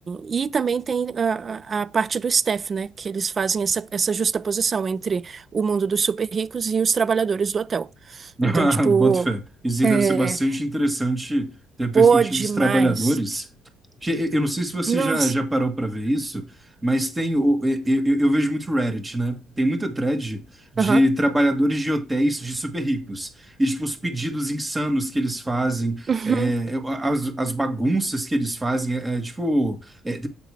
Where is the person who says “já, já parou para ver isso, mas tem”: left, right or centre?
Right